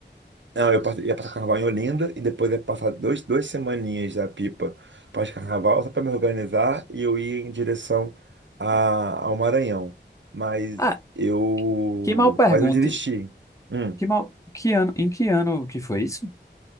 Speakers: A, on the right; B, on the left.
A: Não, eu passo- ia passar carnaval em Olinda e depois ia passar dois, duas semaninhas da Pipa pós-carnaval só para me organizar e eu ia em direção a, ao Maranhão. Mas
B: Ah,
A: eu,
B: que mal pergunte.
A: mas eu desisti. Hum,
B: Que mal, que ano, em que ano que foi isso?